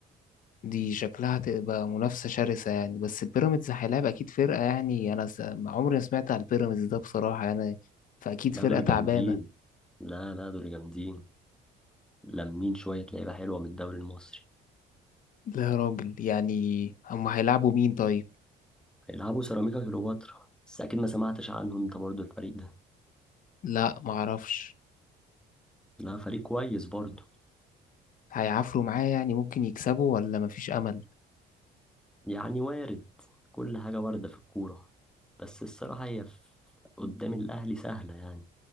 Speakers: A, on the left; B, in the centre.
A: دي شكلها تبقى منافسة شرسة يعني بس بيراميدز هيلاعب أكيد فرقة يعني أنا س... ما عمري ما سمعت عن البيراميدز ده بصراحة يعني فأكيد فرقة
B: لا دول
A: تعبانة
B: جامدين لا لا دول جامدين لمين شوية لعيبة حلوة من الدوري المصري
A: لا يا راجل يعني هما هيلعبوا مين طيب؟
B: هيلعبوا سيراميكا كليوباترا بس أكيد ما سمعتش عنه أنت برضو الفريق ده
A: لا معرفش
B: لا فريق كويس برضو
A: هيعافروا معاه يعني ممكن يكسبوا ولا مفيش أمل؟
B: يعني وارد كل حاجة واردة في الكورة بس الصراحة هي في- قدام الأهلي سهلة يعني